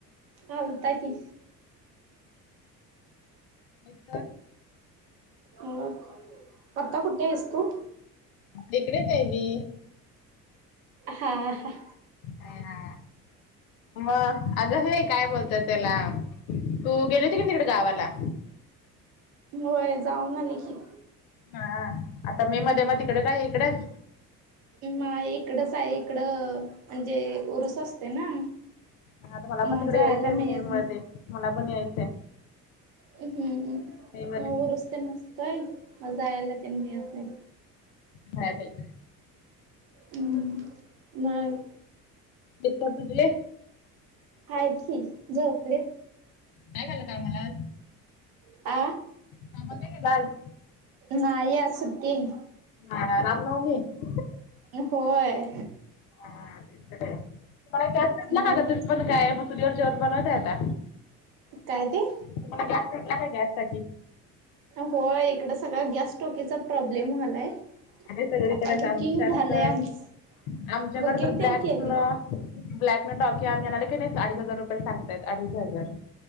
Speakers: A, on the right; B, on the left.
A: आलता की.
B: निस्तर,
A: मग आता कुठे आहेस तू?
B: आपले इकडेच हाय मी.
A: हा हा.
B: हेणा म आलो मी काय बोलताय त्याला? तू गेली होती कि मी तिकडं गावाला?
A: होय जाऊन आले की.
B: हा आता मे मध्ये म तिकड काय इकडच.
A: नाय इकडच हाय इकडं म्हणजे उरूस असतोय ना.
B: हा आता मला
A: मग
B: पण तिकडे
A: जायला
B: यायचंय आहे
A: मिळत
B: मे
A: नाही
B: मध्ये मला पण यायचंय.
A: हम हम
B: मे मध्ये
A: म उरूस तेन असतय म जायाला तेन मिळत नाही.
B: नाय बाई.
A: हम मग.
B: दीपा तुजले.
A: आहेत की जोपलेत.
B: नाही झालं कामला आज?
A: आ
B: कामाला नाही गेल आज?
A: नाही आज सुट्टीई.
B: हा रामनवमी. <inaudible>
A: होय
B: हं तुम्हाला गॅस भेटला
A: मग
B: का ग,? तुम्ही पण काय मग चूलीवर जेवण बनवत आहे आता.
A: काय ते?
B: तुम्हांला गॅस भेटला काय? गॅस टाकी
A: होंय इकडं सगळं गॅस टॉकीचा प्रॉब्लेम व्हालाय.
B: आहे सगळीकडेच
A: आता बुकिंग
B: आमच्याकड
A: झालंय आमच
B: आमच्याकडं
A: बुकिंग
B: तर ब्लॅकं
A: तेन केलय
B: ब्लॅकं टॉकी आम्ही आणलोय की अडीच हजार रुपये सांगतायत अडीच हजार.